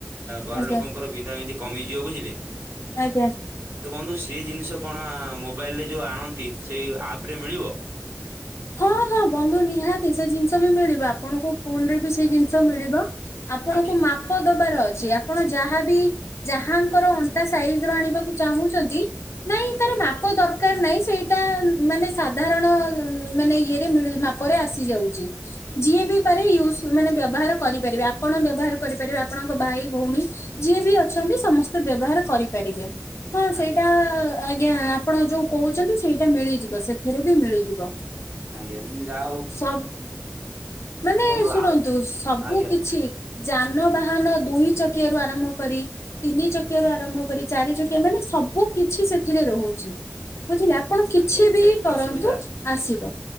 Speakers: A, on the right (about 55°); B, on the left (about 80°).
A: ଘର
B: ଆଜ୍ଞା
A: ଲୋକଙ୍କର ବିନ୍ଧା ବିିଧି କମିଯିବ ବୁଝିଲେ?
B: ଆଜ୍ଞ।
A: ତ ବନ୍ଧୁ ସେ ଜିନିଷ କଣ ମୋବାଇଲରେ ଯୋଉଁ ଆଣନ୍ତି ସେଇ ଆପ୍ ରେ ମିଳିବ?
B: ହଁ ହଁ ବନ୍ଧୁ ନିହାତି ସେ ଜିନିଷ ବି ମିଳିବ ଆପଣଙ୍କୁ ଫୋନ ରେ ବି ସେଇ ଜିନିଷ ମିଳିବ। ଆପଣଙ୍କୁ
A: ଆଜ୍ଞା
B: ମାପ ଦବାର ଅଛି ଆପଣ ଯାହାବି ଯାହାଙ୍କର ଅଣ୍ଟା ସାଇଜ୍ ର ଆଣିବାକୁ ଚାହୁଁଛନ୍ତି। ନାଇଁ ତାର
A: ଆଜ୍ଞା
B: ମାପ ଦର୍ କାର୍ ନାହିଁ ସେଇଟା ମାନେ ସାଧାରଣ। ମାନେ ଇଏରେ ମାପରେ ଆସିଯାଉଛି। ଯିଏ ବି ପାରେ ୟୁଜ ମାନେ ବ୍ୟବହାର କରିପାରିବେ, ଆପଣ ବ୍ୟବହାର କରିପାରିବେ ଆପଣଙ୍କ ଭାଇ, ଭଉଣୀ। ଯିଏ ବି ଅଛନ୍ତି ସମସ୍ତେ ବ୍ୟବହାର କରିପାରିବେ। ହଁ ସେଇଟା
A: ଆଜ୍ଞା ଆଜ୍ଞା
B: ଆଜ୍ଞା ଆପଣ ଯୋଉଁ କହୁଛନ୍ତି ସେଇଟା ମିଳିଯିବ ସେଥିରେ ବି ମିଳିଯିବ।
A: ଆଜ୍ଞା ମୁଁ ଯା
B: ସବ୍ ମାନେ
A: ବନ୍ଧୁ
B: ଶୁଣନ୍ତୁ
A: ଆଉ
B: ସବୁ
A: ଆଜ୍ଞା
B: କିଛି। ଯାନବାହାନ ଦୁଇ ଚକିଆ ରୁ ଆରମ୍ଭ କରି। ତିନି ଚକିଆ ରୁ ଆରମ୍ଭ କରି ଚାରି ଚକିଆ ମାନେ ସବୁ କିଛି ସେଥିରେ ରହୁଛି ବୁଝିଲା। ଆପଣ କିଛି
A: ଆଜ୍ଞା ଏତେ
B: ବି
A: ପ୍ରକାର
B: କରନ୍ତୁ
A: ସୁବିଧା
B: ଆସିବ,